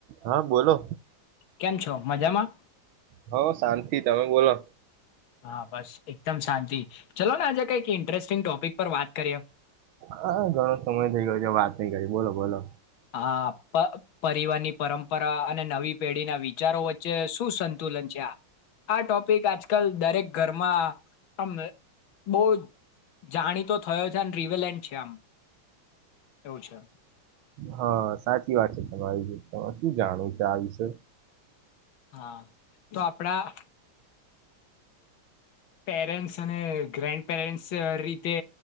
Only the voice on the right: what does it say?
હા બોલો
હ શાંતિ તમે બોલો?
હા ઘણો સમય થઈ ગયો છે વાત નઈ કરી બોલો બોલો
હા સાચી વાત છે તમારી શું જાણવું છે આ વિશે